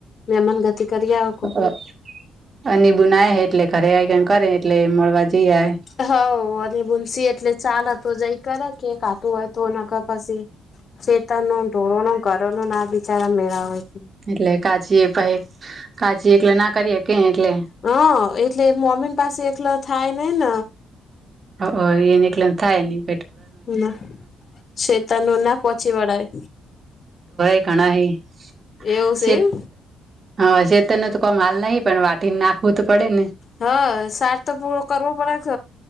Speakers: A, on the left; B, on the right.
A: મેમાન ગતિ કરી
B: <unintelligible>
A: આવો કો <unintelligible> <unintelligible>
B: એટલે કાચી એ પહી કાચી એકલે ના કરીએ કે એટલે
A: હ એટલે મોમ્મી પાસે એકલ થાય ન‌ઈ ન
B: <unintelligible> એકલાને થાય ની
A: હમ શેતાનું ના પહોંચી વળાય
B: <unintelligible> <unintelligible>
A: એવું છે એમ
B: હા શેતરને તો કોમ હાલ નહી પણ વાટીને નાખવું તો પડે ને
A: હા સાર તો પૂરો કરવો પડે છ